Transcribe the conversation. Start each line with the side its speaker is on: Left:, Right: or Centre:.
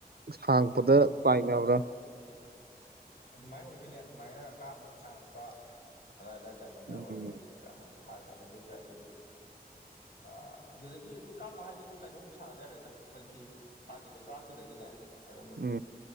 Right: ꯁꯥꯡꯉꯛꯄꯗ ꯆꯥꯏꯅꯕ꯭ꯔꯥ
Left: ꯑꯗꯨꯃꯥꯏꯅ ꯑꯣꯏꯗꯣꯏꯅꯦ ꯑꯗꯨꯃꯥꯏꯅ ꯀꯥ ꯃꯨꯛ ꯁꯥꯡꯉꯛꯄ ꯑꯏ ꯑꯗꯥꯏ ꯇꯥꯏꯃꯤꯡꯗ
Right: ꯎꯝ
Left: ꯑꯣꯏꯗꯣꯏꯅꯤ ꯍꯥꯔꯁꯦ ꯍꯥꯏꯅꯗꯣꯏꯁꯦ ꯍꯥꯏꯗꯤ ꯑ ꯑꯗꯨꯗꯒꯤ ꯑꯗꯨꯝ ꯀꯥꯞꯃꯣ ꯍꯥꯏꯁꯦ ꯑꯗꯨꯝ ꯀꯩꯅꯣꯃꯨꯛ ꯁꯥꯟꯅꯗ ꯌꯥꯔꯦꯗ ꯑꯩꯈꯣꯏꯒꯤ ꯃꯥꯒꯤ ꯂꯩꯕꯥꯛꯇꯨꯗꯒꯤꯅꯦ ꯑꯗꯨꯝ
Right: ꯎꯝ